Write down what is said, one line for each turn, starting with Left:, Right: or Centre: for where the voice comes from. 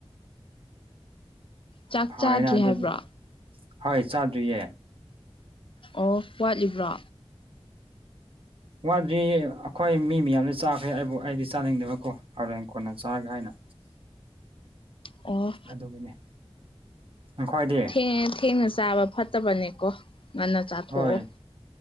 Left: ꯆꯥꯛ
Right: ꯐꯥꯏꯅ
Left: ꯆꯥꯗ꯭ꯔꯤ
Right: ꯑꯗꯨꯗꯤ
Left: ꯍꯥꯏꯕ꯭ꯔꯣ
Right: ꯍꯣꯏ ꯆꯥꯗ꯭ꯔꯤꯌꯦ
Left: ꯑꯣ ꯋꯥꯠꯂꯤꯕ꯭ꯔꯣ
Right: ꯋꯥꯠꯂꯤ ꯑꯩꯈꯣꯏ ꯃꯤ ꯃꯌꯥꯝꯁꯨ ꯆꯥꯈ꯭ꯔꯦ ꯑꯩꯕꯨ ꯑꯩꯗꯤ ꯆꯥꯅꯤꯡꯗꯕꯀꯣ ꯍꯣꯔꯦꯟ ꯀꯣꯟꯅ ꯆꯥꯒꯦ ꯍꯥꯏꯅ
Left: ꯑꯣ
Right: ꯑꯗꯨꯒꯤꯅꯦ ꯅꯈꯣꯏꯗꯤ
Left: ꯊ ꯊꯦꯡꯅ ꯆꯥꯕ ꯐꯠꯇꯕꯅꯦꯀꯣ ꯉꯟꯅ ꯆꯥꯊꯣꯛꯑꯣ
Right: ꯍꯣꯏ